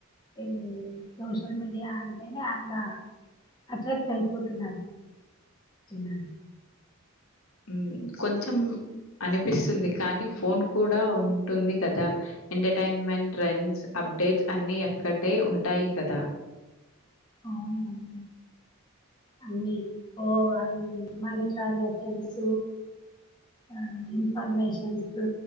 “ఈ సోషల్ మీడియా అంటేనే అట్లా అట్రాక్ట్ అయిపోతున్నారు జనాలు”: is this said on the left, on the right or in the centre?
Left